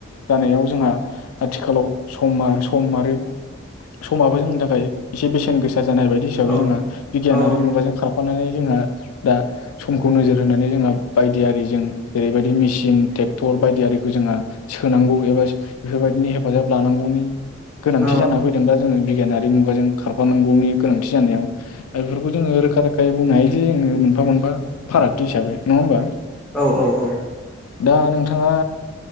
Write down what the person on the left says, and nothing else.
जानायाव जोंहा आथिखालाव समा सम आरो समाबो जोंनि थाखाय एसे बेसेन गोसा जानाय बायदि हिसाबै
जोंहा बिगियानारि
मुगाजों खारफानानै जोंहा दा समखौ नोजोर होनानै जोंहा बायदि आरिजों जेरैबायदि मेसिन ट्रेक्टर बायदि आररिखौ जों जोंआ सोनांगौ एबा बेफोरबायदिनि हेफाजाब लानांगौनि गोनांथि
जानानै फैदों दा जोङो बिगियानारि मुगाजों खारफानांगौनि गोनांथि जानायाव बेफोरखौ जोङो रोखा रोखायै बुंनो हायो जे जोङो मोनफा मोनफा फारागथि हिसाबै नङा होमबा?
दा नोंथाङा